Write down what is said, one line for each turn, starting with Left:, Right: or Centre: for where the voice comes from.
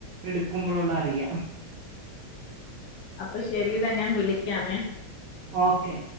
Right: എടു ക്കുമ്പോളറിയാ <inaudible>
Left: അപ്പോ ശരിടാ ഞാൻ വിളിക്കാമേ
Right: ഓക്കെ